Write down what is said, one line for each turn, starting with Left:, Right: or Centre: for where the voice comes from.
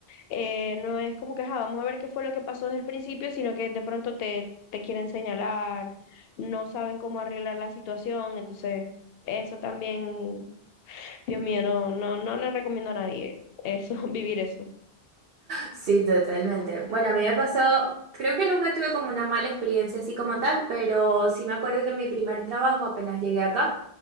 Left: eh, no es como que, "Ajá, vamos a ver qué fue lo que pasó desde el principio, sino que de pronto te, te quieren señalar, no saben cómo arreglar la situación, entonces eso también, Dios mío, no, no, no le recomiendo a nadie eso, <laughs> vivir eso.
Right: Sí, totalmente. Bueno, a mí me pasó, creo que nunca tuve como una mala experiencia así como tal, pero sí me acuerdo que en mi primer trabajo, apenas llegué acá,